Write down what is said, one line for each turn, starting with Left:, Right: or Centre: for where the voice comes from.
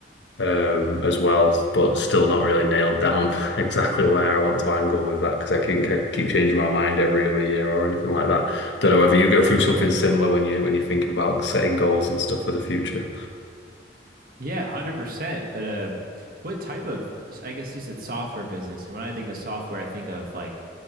Left: um, as well, but still not really nailed down <laughs> exactly where I want to angle with that because I can I keep changing my mind every other year or anything like that. Don't know whether you go through something similar when you when you're thinking about setting goals and stuff for the future.
Right: Yeah, 100%. But uh, what type of, I guess you said software business. And when I think of software, I think of like